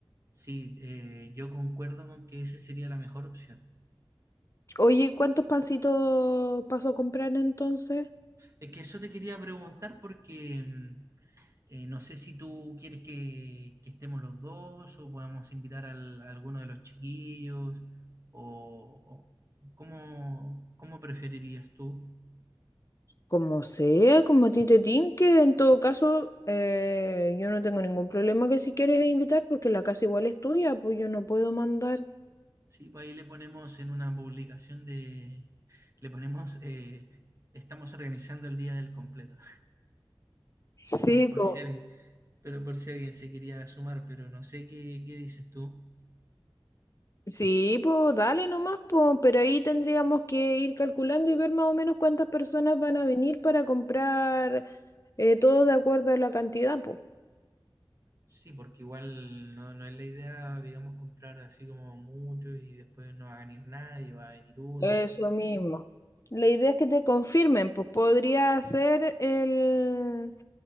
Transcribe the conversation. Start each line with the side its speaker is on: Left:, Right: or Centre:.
Right: Sí, eh, yo concuerdo con que esa sería la mejor opción.
Left: Oye, ¿cuántos pancitos paso a comprar entonces?
Right: Es que eso te quería preguntar porque mm, eh, no sé si tú quieres que, que estemos los dos o podamos invitar al- a alguno de los chiquillos o, o cómo, cómo preferirías tú.
Left: Como sea, como a ti te tinque, en todo caso, eh, yo no tengo ningún problema que si quieres invitar, porque la casa igual es tuya, pues yo no puedo mandar.
Right: Sí, pues ahí le ponemos en una publicación de... Le ponemos... eh, estamos organizando el día del completo.
Left: Sí,
Right: eh, por
Left: po.
Right: si alguien, pero por si alguien se quería sumar, pero no sé qué, qué dices tú.
Left: Sí, pues dale nomás, pues, pero ahí tendríamos que ir calculando y ver más o menos cuántas personas van a venir para comprar eh, todo de acuerdo a la cantidad, pues.
Right: Sí, porque igual no, no es la idea, digamos, comprar así como mucho y después no va a venir nadie, va a venir uno.
Left: Eso mismo. La idea es que te confirmen, pues podría ser el,